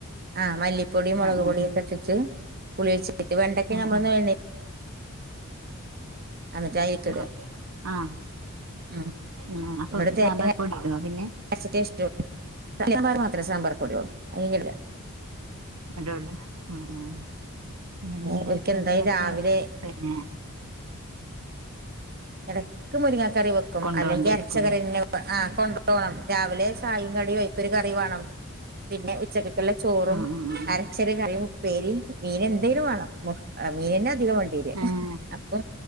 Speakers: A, on the right; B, on the right.
A: ആഹ് മല്ലിപ്പൊടീം മുളക്
B: ആഹ്
A: പൊടിയൊക്കെ ഇിട്ടിട്ട് പുളിഒഴിച്ചിട്ട് വെണ്ടക്കീം
B: ആഹ് ആഹ്
A: നമ്മളൊന്ന് വ എന്നിട്ട് അതിലേക്ക് ഇടുക
B: ആഹ് ആഹ്
A: ഉം
B: ആഹ് അപ്പൊ
A: ഇവിടെ തേങ്ങ
B: സാമ്പാർ പൊടിട്ടോ പിന്നെ
A: <unintelligible> സാമ്പാർ മാത്രമേ സാമ്പാർ പൊഡി ഉള്ളൂ അയിൽ ഇല്ല
B: <unintelligible> ഉം ഉം പിന്നെ നിന്റെ
A: ഇവർക്ക്
B: ഹസ്ബന്റിനൊക്കെ
A: എന്തായാലും രാവിലെ
B: പിന്നെ
A: ഇടക്ക് മുരിങ്ങ കറി വെക്കും
B: കൊണ്ടോണ്ടായിരിക്കൂല്ലേ
A: അല്ലെങ്കിൽ അരച്ചക്കറി ആഹ കൊണ്ടുപോണം രാവിലെ ചായിം കടി അയ്ക്കൊരു കറി വേണം പിന്നെ ഉച്ചക്കത്തുള്ള ചോറും
B: ആഹ് ആഹ്
A: അര ചെറിയ കറീം ഇപേരീം മീൻ എന്തെങ്കിലും വേണം മീനന്നെ അധികംണ്ട <unintelligible> തീര്
B: ആഹ്
A: അപ്പൊ